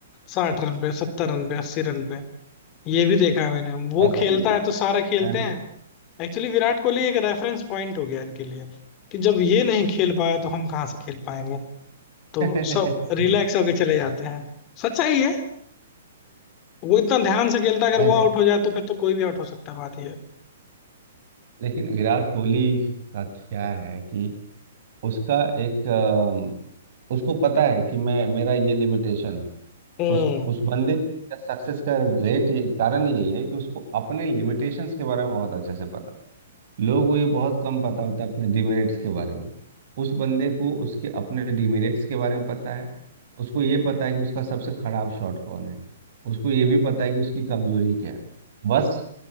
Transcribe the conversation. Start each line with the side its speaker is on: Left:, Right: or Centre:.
Left: साठ रन पे सत्तर रन पे अस्सी रन पे ये भी देखा है मैंने वो
Right: था ऐसा
Left: खेलता
Right: भी है
Left: है तो सारे खेलते
Right: है ना?
Left: हैं एक्चुअली विराट कोहली एक रेफरेंस पॉइंट हो गया इनके लिए कि जब ये नहीं खेल पाया तो हम कहाँ से खेल पाएंगे तो
Right: <laughs>
Left: सब रिलैक्स होके चले जाते हैं सच्चाई है वो इतना ध्यान से खेलता है, अगर
Right: नहीं
Left: वो आउट
Right: तो
Left: हो जाए तो फिर तो कोई भी आउट हो सकता है बात ये है।
Right: लेकिन विराट कोहली का क्या है कि उसका एक उसको पता है कि मैं मेरा ये लिमिटेशन है
Left: हम्म
Right: उस उस बंदे का सक्सेस का रेट ये कारण यही है कि उसको अपने लिमिटेशंस के बारे में बहुत अच्छे से पता है लोगों को ये बहुत कम पता होता है अपने डिमेरिट्स के बारे में उस बंदे को उसके अपने डिमेरिट्स के बारे में पता है उसको ये पता है कि उसका सबसे खराब शॉट कौन है उसको ये भी पता है कि उसकी कमजोरी क्या है बस